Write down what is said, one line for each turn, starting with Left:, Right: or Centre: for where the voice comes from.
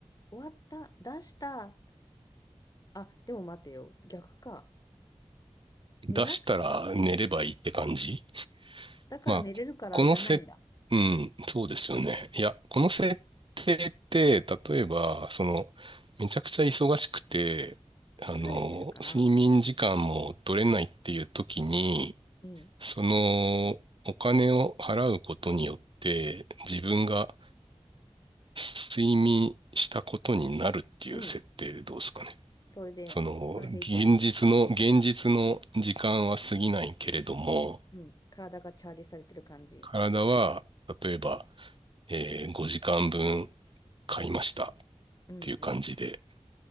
Left: 終わった、出した、あ、でも待てよ、逆か。
Right: 出したら寝ればいいって感じ
Left: 寝な、だから寝れるからいらないんだ。
Right: まあ、このせ、うん、そうですよね。いや、この設定って、例えば、その、めちゃくちゃ忙しくて、あの、
Left: 疲れてるから、
Right: 睡眠時間も取れないっていう時に、
Left: うん、
Right: その、お金を払うことによって、自分が睡眠したことになるっていう設定でどうですかね。
Left: うん、それで、
Right: その、
Left: それでいいと思います。
Right: 現実の、現実の時間は過ぎないけれども、
Left: うん、体がチャージされてる感じ。
Right: 体は、例えば、えー5時間分買いましたっ
Left: うん、
Right: ていう感じで、
Left: うん。